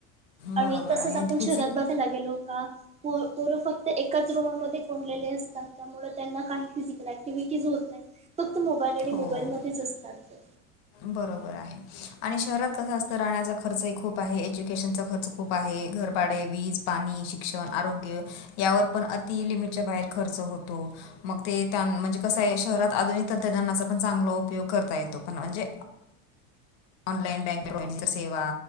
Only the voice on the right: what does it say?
आणि
तसचं
आपण
शहरात बघायला गेलो का! पोर फक्त एकाच रूमामध्ये कोंडलेले असतात. त्यामुळे त्यांना काही फिजिकल ऍक्टिव्हटी होत नाही फक्त मोबाईल आणि
मोबाईल मध्येच असतात. ते
बरोबर